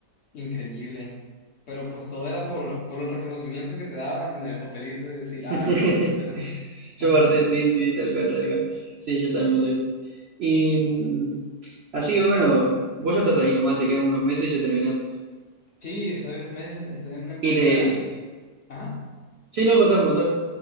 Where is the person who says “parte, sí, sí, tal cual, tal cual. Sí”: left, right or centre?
Right